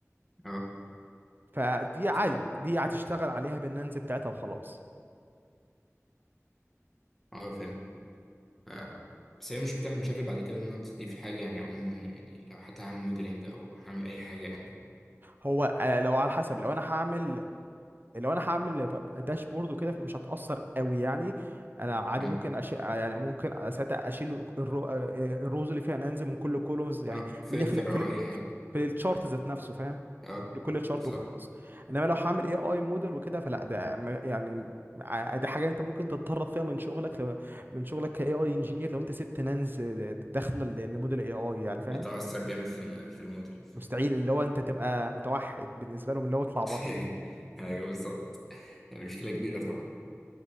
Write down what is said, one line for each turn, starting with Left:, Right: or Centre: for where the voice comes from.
Centre: اه
Right: فدي
Centre: بس
Right: عادي
Centre: اه
Right: دي هتشتغل عليها بالننز بتاعتها وخلاص
Centre: اه فاهم ف... بس هي مش بتعمل مشاكل بعد كده النالز دي في حاجه يعني عموما يعني لو حتى هعمل موديلنج او هعمل اي حاجه يعني
Right: هو آه، لو على حسب لو انا هعمل لو انا هعمل داشبورد وكده مش هتأثر قوي يعني انا عادي
Centre: مم.
Right: ممكن أش... يعني ممكن ساعتها اشيل الرو... الروز اللي فيها ننزل من كل كولومز يعني
Centre: اه فلتر
Right: من في ال... في
Centre: او
Right: ال...
Centre: اي حاجه
Right: في الشارت ذات نفسه فاهم
Centre: اه
Right: لكل شارت
Centre: بالظبط
Right: وخلاص انما لو هعمل اي اي موديل وكده فلا ده ما- يعني ع- دي حاجه انت ممكن تتطرد فيها من شغلك لو... من شغلك كاي اي انجينير لو انت سبت ننز داخله لموديل اي اي يعني فاهم
Centre: بتأثر جامد في في الموديل
Right: مستحيل اللي هو انت تبقى متوحد بالنسبه لهم اللي هو اطلع بره
Centre: <laughs> ايوه بالظبط يعني مشكله كبيره طبعا